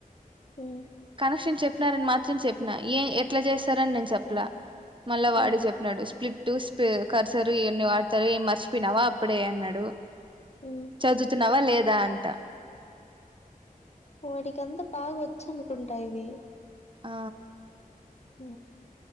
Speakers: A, on the left; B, on the right.
A: ఉమ్
B: కనెక్షన్ చె చెనారని మాత్రం చెప్పిన ఏ ఎట్లా చేస్తారని నేను చెప్పలే మళ్ళ వాడు
A: ఉమ్
B: చెప్పినడు స్ప్లిప్ టూస్ కర్చారు ఇవన్నీ వాడతారు ఏ మర్చిపోయినావా అప్పుడే అన్నాడు
A: ఉమ్
B: చదువుతున్నావా లేదా అంట
A: వాడికింత బాగా వచ్చు అనుకుంటా ఇవి
B: ఆ
A: ఆ